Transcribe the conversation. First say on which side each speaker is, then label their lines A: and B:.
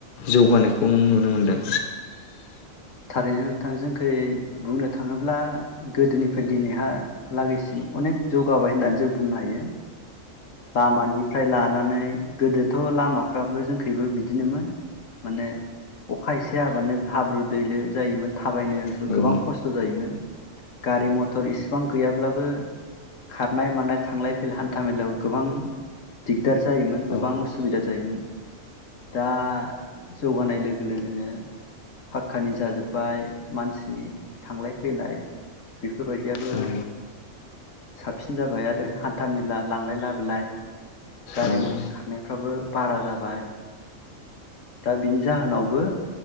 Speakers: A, on the left; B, on the left.
A: जौगानायखौ नों नुनो मोनदों।
B: थारैनो नोंथां जोंखै बुंनो थाङोब्ला गोदोनिफ्राय दिनैहालागैसिम अनेक जौगाबाय होननानै जों बुंनो हायो। लामानिफ्राय ला नानै गोदोथ' लामाफ्राबो जोंखैबो बिदिनोमोन माने अखा एसे हाबानो हाब्रु दैलो जायोमोन थाबायनोबो
A: औ
B: गोबां खस्थ' जायोमोन गारि-मथर इसेबां गैयाब्लाबो खारनाय मानाय थांलाय फैलाय हान्था मेलायाव गोबां दिगदार जायोमोन गोबां
A: औ
B: उसुबिदा जायोमोन दा जौगानाय लोगो लोगोनो फाखकानि जाजोब्बाय मानसिनि थांलाय फैलाय बेफोरबायदियाबो
A: औ
B: साबसिन जाबाय आरो हान्था मेला लांलाय लाबो लाय गारि
A: औ
B: मथर खारनायफ्राबो बारा जाबाय दा बिनि जाहोनावबो